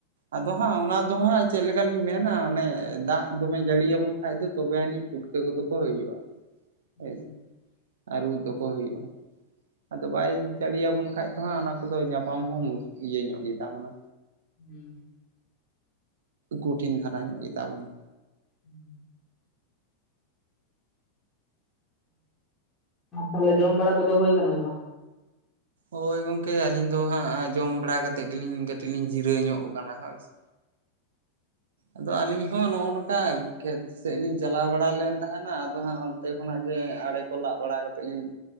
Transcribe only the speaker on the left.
<inaudible>
<inaudible>
ᱦᱩᱸ ᱛᱟᱦᱚᱞᱮ ᱡᱚᱢ ᱵᱟᱲᱟ ᱠᱚᱫᱚ ᱦᱳᱭ ᱠᱟᱱᱟ ᱥᱮ ᱵᱟᱝ?